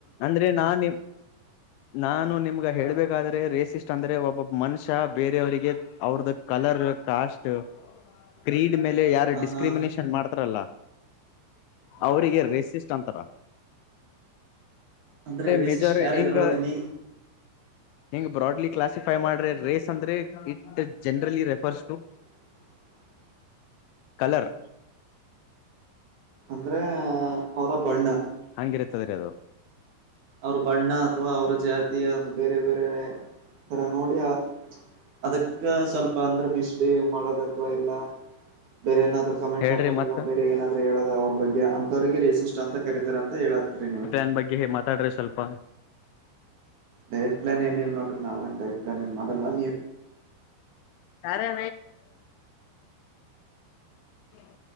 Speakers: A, on the left; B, on the right.
A: ಅಂದ್ರೆ ನಾನ ನಿಮ್. ನಾನು ನಿಮ್ಗ ಹೇಳ್ಬೇಕಾದ್ರೆ ರೇಸಿಸ್ಟ್ ಅಂದ್ರೆ ಒಬ್ಬೊಬ್ ಮನುಷ್ಯ ಬೇರೆಯವರಿಗೆ. ಅವ್ರುದ ಕಲ್ಲರ್ ಕಾಸ್ಟ್. ಕ್ರೀಡಿಮೇಲೆ ಯಾರ್
B: ಹ
A: ಡಿಸ್ಕ್ರಿಮಿನೇಷನ್
B: ಹಾ
A: ಮಾಡ್ತಾರಲ್ಲ
B: ಹ
A: ಅವ್ರಿಗೆ
B: ಹಾ
A: ರೇಸಿಸ್ಟ್ ಅಂತಾರ.
B: ಅಂದ್ರೆ ರೇಸಿಷ್ಟ್
A: ಮೇಜರ್
B: ಯಾರ
A: ಹಿಂಗ್
B: ಇದ್ರೊಳಗ ನೀ.
A: ಹಿಂಗ್ ಬ್ರಾಡ್ಲಿ ಕ್ಲಾಸಿಫೈ ಮಾಡ್ರೆ ರೇಸ್ ಅಂದ್ರೆ it generally refers to.
B: <inaudible>
A: Colour.
B: ಅಂದ್ರೆ ಅವರ ಬಣ್ಣಾ.
A: ಹಂಗಿರ್ತದರಿ ಅದು.
B: ಅವ್ರ ಬಣ್ಣಾ ಅಥವಾ ಅವರ ಜಾತಿಯ ಬೇರೆ ಬೇರೇ. ತರ ನೋಡಿ ಅದಕ್ಕ ಸ್ವಲ್ಪ ಅಂದ್ರೆ ಮಿಶ್ ಏನ ಮಾಡೋದವಾ ಇಲ್ಲ ಬೇರೆ ಏನಾದ್ರೂ ಕಮೆಂಟ್
A: ಹೇಳ್ರಿ
B: ಹಾಕೋದಿಲ್ಲ
A: ಮತ್ತ
B: ಬೇರೆ ಏನಾದರು ಹೇಳದ ಅವ್ರ ಬಗ್ಗೆ ಅಂತವ್ರಿಗೆ ರೇಸಿಟ್ ಅಂತ ಕರಿತಾರೆ ಅಂತ ಹೇಳತ್ರಿ ನೀವು
A: ನಮ್ಮ ಬಗ್ಗೆ ಮಾತಾಡ್ರಿ ಸ್ವಲ್ಪ
B: ಡಯಟ ಪ್ಲಾನ್ ಏನಿಲ್ಲ ನೋಡ್ರಿ ನಾವ ಡಯಟ್ ಪ್ಲಾನ್ ಏನು ಮಾಡಲ್ಲ ನೀವು
A: ಕಾರ್ಯ ಹ